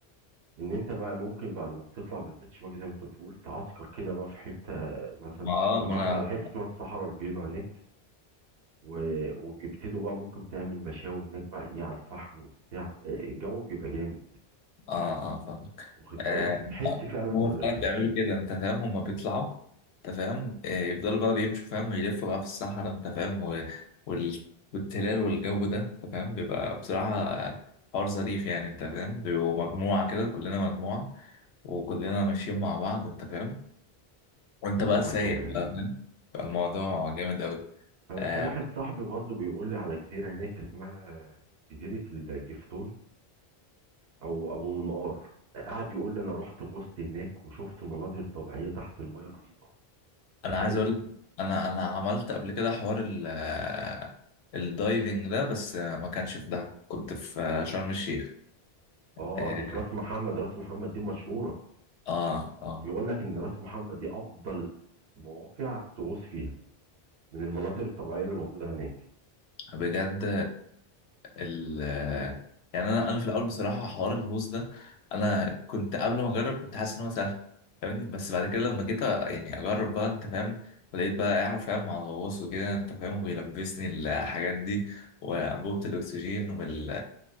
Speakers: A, on the right; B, on the left.
A: ان انت بقى ممكن بعد ما بتطلع بالبيتش باجي زي ما انت بتقول تعسكر كده بقى في حتة مثلا
B: ما اه
A: سمعت
B: ما انا
A: على حتة اسمها الصحراء البيضاء هناك و... وبيبتدوا بقى ممكن تعمل مشاوي هناك بقى ايه على الفحم وبتاع آه، الجو بيبقى جامد
B: اه اه فاهم
A: واخد
B: آه
A: بالك بتحس فعلا
B: هو
A: بالرحلة
B: فعلا بيعملوا كده انت فاهم هما بيطلعوا انت فاهم آه يفضلوا بقى بيمشوا فاهم ويلفوا بقى في الصحراء انت فاهم و... وال... والتلال والجو ده انت فاهم بيبقى بصراحة حوار ظريف يعني انت فاهم بيبقوا مجموعة كده كلنا مجموعة وكلنا ماشيين مع بعض انت فاهم وانت
A: الله
B: بقى
A: على
B: سايق
A: الجمال
B: بقى فاهم بقى الموضوع جامد قوي
A: انا
B: آه
A: في واحد صاحبي برضو بيقول لي على جزيره هناك اسمها جزيره الجفتون او ابو منقار قعد يقول لي انا رحت غصت هناك وشفت مناظر طبيعيه تحت الميه رهيبه
B: انا
A: تخيل
B: عايز اقول لك، انا انا عملت قبل كده حوار ال آه، الدايفنج ده بس آه، ما كانش في دهب كنت في آه، شرم الشيخ
A: اه
B: اه
A: دي في راس محمد راس محمد دي مشهوره
B: اه آه.
A: بيقول لك ان راس محمد دي افضل مواقع تغوص فيها من المناظر الطبيعيه اللي موجوده هناك
B: بجد ال يعني انا انا في الاول بصراحه حوار الهوست ده انا كنت قبل ما اجرب كنت حاسس ان هو سهل فاهمني بس بعد كده لما جيت أ- يعني اجرب بقى انت فاهم ولقيت بقى قاعد فاهم مع الغواص وكده انت فاهم وبيلبسني الحاجات دي وانبوبه الاكسجين وال